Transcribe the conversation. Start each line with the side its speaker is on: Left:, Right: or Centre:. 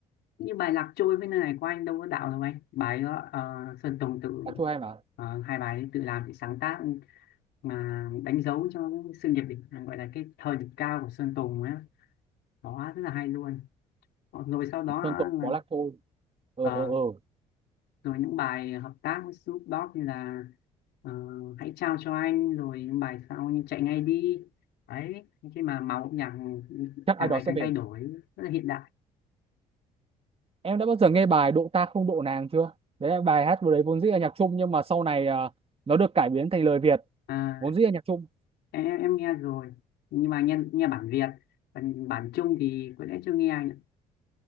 Left: như bài Lạc Trôi với nơi này của anh đâu có đạo đâu anh bài đó ờ, Sơn Tùng tự
Right: nhạc Trung hay mà
Left: ờ, hai bài ấy tự làm tự sáng tác mà đánh dấu cho cái sự nghiệp đỉnh gọi là cái thời đỉnh cao của Sơn Tùng á đó rất là hay luôn Ờ, rồi sau đó
Right: Sơn
Left: là
Right: Tùng có Lạc Thôi ờ
Left: ờ,
Right: ờ ờ
Left: rồi những bài hợp tác với Snoop Dogg như là ờ, Hãy trao cho anh rồi những bài sau như Chạy ngay đi đấy khi mà màu âm nhạc
Right: chắc
Left: càng
Right: ai đó
Left: ngày càng
Right: sẽ về
Left: thay đổi rất là hiện đại
Right: em đã bao giờ nghe bài Độ ta không độ nàng chưa đấy là bài hát vừa đấy vốn dĩ là nhạc Trung nhưng mà sau này à, nó được cải biến thành lời Việt
Left: À,
Right: vốn dĩ là nhạc Trung
Left: em, em nghe rồi nhưng mà nghe nghe bản Việt còn bản Trung thì có lẽ chưa nghe anh ạ